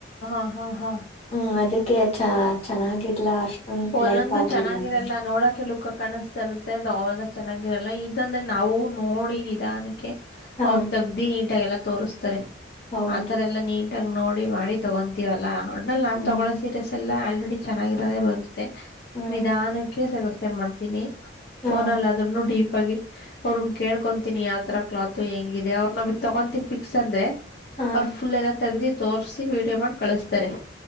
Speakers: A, on the left (about 55°); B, on the left (about 35°).
A: ಹ ಹ ಹ
B: ಹ್ಮ್ ಚ ಚೆನ್ನಾಗಿಲ್ಲ ಅಷ್ಟೊಂದು
A: ಒಂದೊಂದು
B: ಲೈಕ್ ಆಗ್ಲಿಲ್ಲ
A: ಚೆನ್ನಾಗಿರಲ್ಲ
B: ನಂಗೆ
A: ನೋಡಕೆ <unintelligible> ಕಾಣ್ಸ್ತಇರುತ್ತೆ ತೊಗೊಬಂದಾಗ್ ಚೆನ್ನಾಗಿರಲ್ಲ ಇದಂದ್ರೆ ನಾವು ನೋಡಿ ನಿಧಾನಕ್
B: ಹಾ
A: ಅವ್ರ ತಗ್ದಿ ನೀಟಾಗೆಲ್ಲ ತೋರಿಸತಾರೆ
B: ಹೌದು
A: ಆತರ ಎಲ್ಲಾ ನೀಟಾಗಿ ನೋಡಿ ಮಾಡಿ ತಗೊಂತೀವಲ್ಲಾ ಒಟ್ನಲ್ಲಿ ನಾನ್
B: ಹ್ಮ್
A: ತೊಗೊನೋ ಸೀರೆಸ್ ಎಲ್ಲ ಆಲ್ರೆಡಿ ಚೆನ್ನಾಗಿರೋದೇ ಬಂದ್ <unintelligible>
B: ಹ್ಮ್
A: ನಿಧಾನಕ್ಕೆ ಸೆಲೆಕ್ಷನ್ ಮಾಡ್ತೀನಿ
B: ಹಾ
A: ಫೋನ ಅಲ್ಲಿ ಅದ್ನು ಡೀಪ್ ಆಗಿ ಅವ್ರಗ್ ಕೇಳ್ಕೊಂತೀನಿ ಯಾವತರ ಕ್ಲಾತ್ ಹೆಂಗಿದೆ ಅವ್ರ ನಾವ್ ಇದ್ ತಗೊಂತಿವ್ ಫಿಕ್ಸ್ ಅಂದ್ರೆ
B: ಹಾ
A: ಅವ್ರ ಫುಲ್ ಎಲ್ಲ ತೆಗ್ದಿ ತೋರ್ಸಿ ವೀಡಿಯೋ ಮಾಡಿ ಕಳಸ್ತಾರೆ.